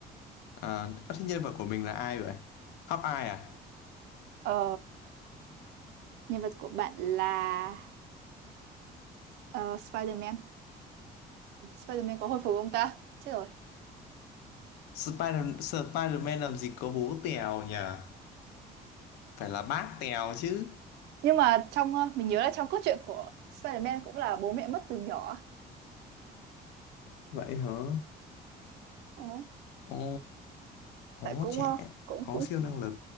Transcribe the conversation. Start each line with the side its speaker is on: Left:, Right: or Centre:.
Left: À, ơ, thế nhân vật của mình là ai vậy? Hóc ai à?
Right: Ờ, nhân vật của bạn là ờ, Spider-Man. Spider-Man có hồi phục không ta? Chết rồi.
Left: Spider Spider-Man làm gì có bố Tèo nhỉ? Phải là bác Tèo chứ.
Right: nhưng mà trong ờ, mình nhớ là trong cốt truyện của Spider-Man cũng là bố mẹ mất từ nhỏ
Left: Vậy hả?
Right: ừ.
Left: Ồ, có
Right: tại cũng
Left: trẻ,
Right: ờ, cũng
Left: có
Right: cũng
Left: siêu năng lực.